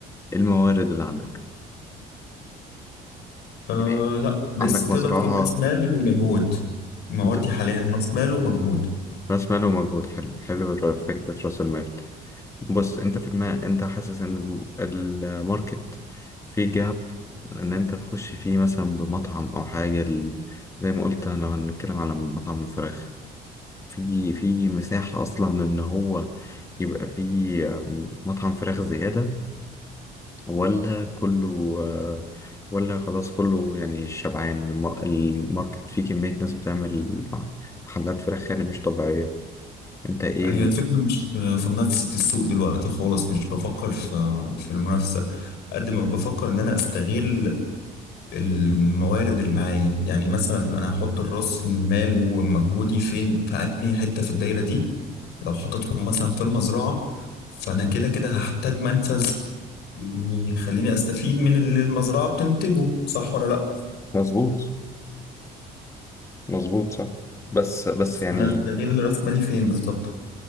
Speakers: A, on the left (about 15°); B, on the left (about 75°).
A: إيه الموارد اللي عندك
B: آه
A: يعني
B: لا لسه
A: عندك
B: تقدر
A: مزرعة
B: تقول رأس مال ومجهود ما
A: بت-
B: هو دي حاليا رأس مال ومجهود
A: رأس مال ومجهود حلو حلو الر- فكرة رأس المال بص أنت في الماء أنت حاسس إن الم- الماركت فيه جاب لأن أنت تخش فيه مثلا بمطعم أو حاجة ال- زي ما قلت لو هنتكلم على مطعم فراخ في في مساحة أصلا إن هو يبقى فيه آم، مطعم فراخ زيادة ولا كله آه، ولا خلاص كله يعني شبعان الم- الماركت فيه كمية ناس بتعمل مع- محلات فراخ يعني مش طبيعية انت ايه
B: هي
A: ال...
B: الفكرة مش في منافسة السوق دلوقتي خالص مش بفكر في في المنافسة قد ما بفكر إن أنا أستغل الموارد اللي معايا يعني مثلا أنا هحط الرأس المال ومجهودي فين في أنهي حتة في الدايرة دي لو حطيتهم مثلا في المزرعة فأنا كده كده هحتاج منفذ يعني يخليني أستفيد من اللي المزرعة بتنتجه صح ولا لأ؟
A: مظبوط مظبوط صح بس بس يعني
B: أنا أستغل رأس مالي فين بالظبط